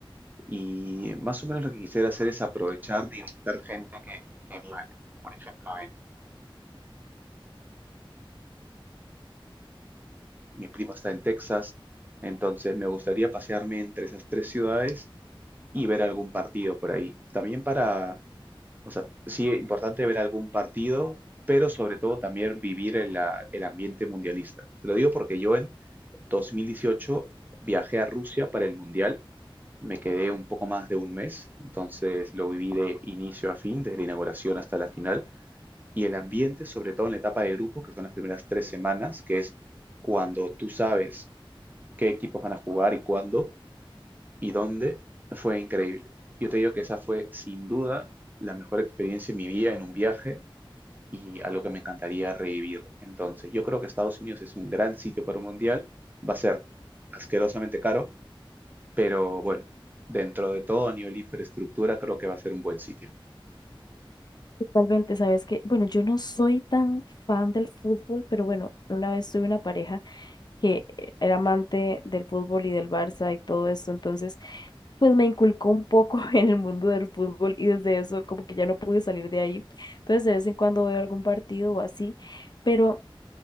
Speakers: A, on the right; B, on the left.
A: y más o menos lo que quisiera hacer es aprovechar de visitar gente que, que viva allá. Por ejemplo, eh, mi prima está en Texas, entonces me gustaría pasearme entre esas tres ciudades y ver algún partido por ahí. También para, o sea, sí, es importante ver algún partido, pero sobre todo también vivir el, a- el ambiente mundialista. Te lo digo porque yo en 2018 viajé a Rusia para el Mundial, me quedé un poco más de un mes, entonces lo viví de inicio a fin, desde la inauguración hasta la final, y el ambiente, sobre todo en la etapa de grupo, que son las primeras tres semanas, que es cuando tú sabes qué equipos van a jugar y cuándo y dónde, fue increíble. Yo te digo que esa fue sin duda la mejor experiencia en mi vida en un viaje y algo que me encantaría revivir. Entonces, yo creo que Estados Unidos es un gran sitio para un mundial, va a ser asquerosamente caro, pero bueno, dentro de todo, a nivel de infraestructura, creo que va a ser un buen sitio.
B: Totalmente, sabes que, bueno, yo no soy tan fan del fútbol, pero bueno, una vez tuve una pareja que eh, era amante del fútbol y del Barça y todo esto, entonces pues me inculcó un poco <laughs> en el mundo del fútbol y desde eso como que ya no pude salir de ahí. Entonces de vez en cuando veo algún partido o así, pero